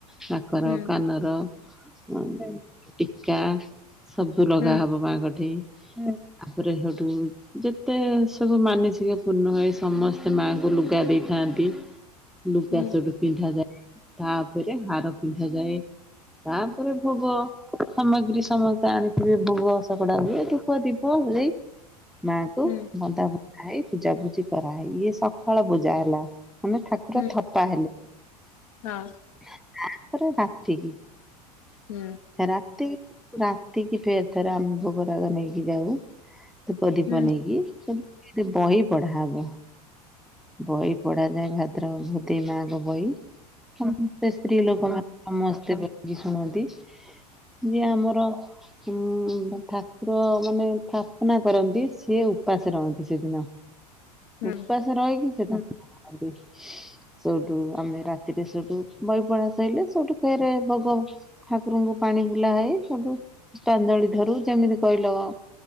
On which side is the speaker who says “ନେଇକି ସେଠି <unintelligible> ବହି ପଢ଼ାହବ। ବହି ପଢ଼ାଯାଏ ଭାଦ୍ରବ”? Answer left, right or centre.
Centre